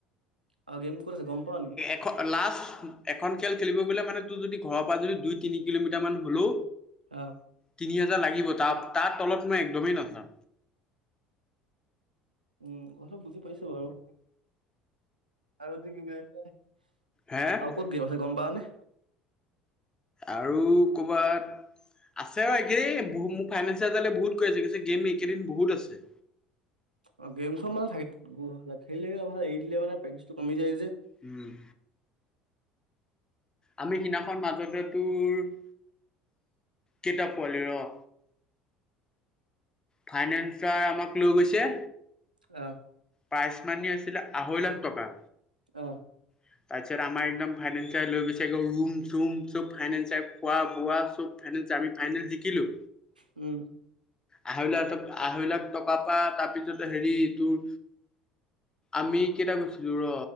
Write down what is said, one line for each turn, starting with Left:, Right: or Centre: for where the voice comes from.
Right: আৰু গেম কত আছে গম পোৱা নি।
Left: এ লাষ্ট এখন খেল খেলিব গলে মানে তোৰ যদি ঘৰৰ পৰা যদি দুই তিনি কিলোমিটাৰ মান হলো
Right: অঁ।
Left: তিনি হাজাৰ লাগিবই, তাৰ তাৰ তলত মই একদমেই নাযাওঁ।
Right: উম কথা বুজি পাইছো বাৰু, আৰু তুমি গৈ আছা নেকি?
Left: হে
Right: আৰু ক'ত গেম আছে, গম পাৱানে?
Left: আৰু কৰ'বাত আছে ব একেই মোৰ ফাইনেঞ্চিয়াৰডালে বহুত কৰি আছে গৈছে গেম কেইদিন বহুত আছে।
Right: অঁ গেমখন মানে থাক খেলি থাকে, অ এৰি দিলে মানে প্ৰেকটিচটো কমি যায় যে।
Left: উম। আমি সেইনাখন মাজতে তোৰ, কেইটা পোৱালি ৰ ফাইনেন্সাৰে আমাক লৈ গৈছে।
Right: অঁ।
Left: প্ৰাইজ মানি আছিলে, আঢ়ৈ লাখ টকা।
Right: অ।
Left: উম। তাৰপিছত আমাৰ একদম ফাইনেন্সিয়েল লৈ গৈছে, ৰুম চুম চব ফাইনেন্সিয়েল খোৱা বোৱা চব ফাইনেলত যে আমি ফাইনেল জিকিলোঁ।
Right: উম।
Left: আঢ়ৈ লাখ ট আঢ়ৈ লাখ টকা পা তাৰ পিছত হেৰি তোৰ আমি কেইটা গছিলো ৰ,